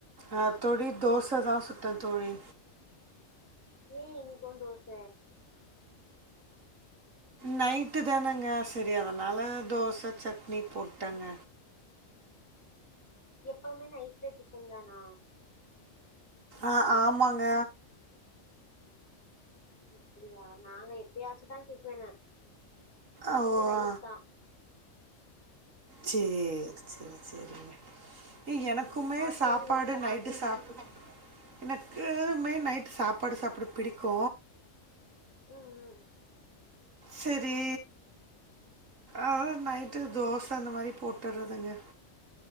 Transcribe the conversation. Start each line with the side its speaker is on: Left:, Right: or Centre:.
Right: ஆஹ் தோழி தோச தான் சுட்டேன் தோழி
Left: ஏன் இன்னைக்கும் தோச
Right: நைட்டு தானேங்க சேரி அதனால தோச சட்னி போட்டேங்க
Left: எப்பவுமே நைட்ல டிஃபன் தானா
Right: ஆ ஆமாங்க
Left: அப்படியா நாங்க எப்பயாச்சு தா டிஃபனு எப்பமே
Right: ஓ
Left: ரைஸ்
Right: ஆ.
Left: தா
Right: சேரி சேரி சேரிங்க எனக்குமே
Left: ம் ஆஃப்டர்நூன்
Right: சாப்பாடு
Left: என்ன சாப்ட்டீங்க
Right: நைட்டு சாப் எனக்குமே நைட் சாப்பாடு சாப்பிட பிடிக்கு
Left: ம் ம்
Right: சரி அ நைட்டு தோச அந்த மாரி போட்டறதுங்க